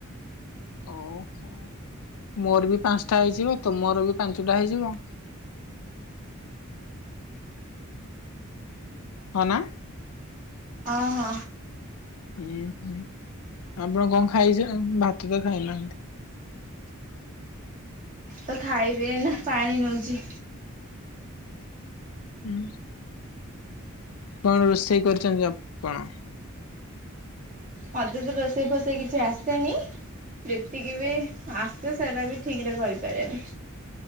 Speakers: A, on the left (about 85°); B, on the right (about 40°).
A: ଓହୋ। ମୋର ବି ପାଞ୍ଚଟା ହେଇଯିବ, ତୁମର ବି ପାଞ୍ଚୁଟା ହେଇଯିବ। ହଁ ନା?
B: ହଁ।
A: ହୁଁ ହୁଁ ଆପଣ କଣ ଖାଇଛନ ଭାତ ତ ଖାଇନାହାଁନ୍ତି।
B: ତ ଖାଇବେ ନା ପାଣି ନଉଚି।
A: ହୁଁ। କଣ ରୋଷେଇ କରିଚନ୍ତି ଆପଣ?
B: ମତେ ତ ରୋଷେଇ ଫୋଷେଇ କିଛି ଆସେନି ଯେତିକି ବି ଆସେ ସେଇରା ବି ଠିକରେ କରିପାରେନି।